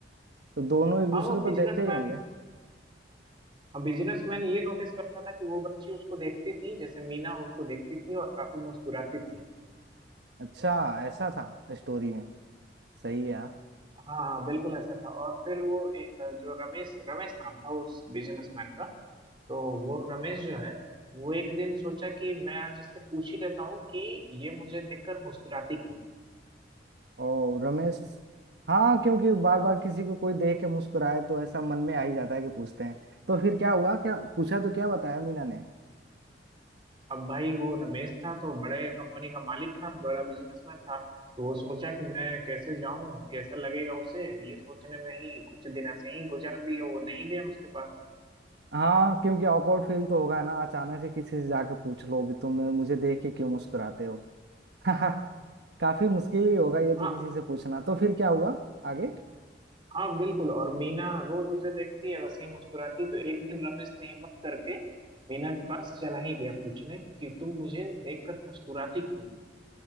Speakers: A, on the right (about 65°); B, on the right (about 25°).
A: तो दोनों एक दूसरे
B: हाँ वो
A: को
B: बिजनेसमैन
A: देखते ही होंगे
B: बिजनेसमैन ये नोटिस करता था कि वो बच्ची उसको देखती थी जैसे मीना उसको देखती थी और काफी मुस्कुराती थी
A: अच्छा ऐसा था स्टोरी में सही है यार
B: हाँ हाँ बिल्कुल ऐसा था और फिर वो ए, अ, जो रमेश रमेश नाम था उस बिजनेसमैन का तो वो रमेश जो है वो एक दिन सोचा कि मैं आज इससे पूछ ही लेता हूँ कि ये मुझे देखकर मुस्कुराती क्यों
A: और रमेश हाँ क्योंकि बार बार किसी को कोई देख के मुस्कुराए तो ऐसा मन में आ ही जाता है कि पूछते हैं तो फिर क्या हुआ क्या पूछा तो क्या बताया मीना ने
B: अब भाई वो रमेश था तो बड़े कंपनी का मालिक था बड़ा बिजनेसमैन था तो वो सोचा कि मैं कैसे जाऊं कैसा लगेगा उसे ये सोचने में ही कुछ दिन ऐसे ही गुजार दिए वो नहीं गया उसके पास
A: हाँ क्योंकि awkward फील तो होगा ना अचानक से किसी से जाके पूछ लो कि तुम मुझे देख के क्यों मुस्कुराते हो <laughs> काफी मुश्किल ही होगा ये तो
B: हाँ
A: किसी से पूछना तो फिर क्या हुआ आगे
B: हाँ बिल्कुल और मीना रोज उसे देखती है वैसे ही मुस्कुराती है। तो एक दिन रमेश ने हिम्मत करके मीना के पास चला ही गया पूछने कि तुम मुझे देखकर मुस्कुराती क्यों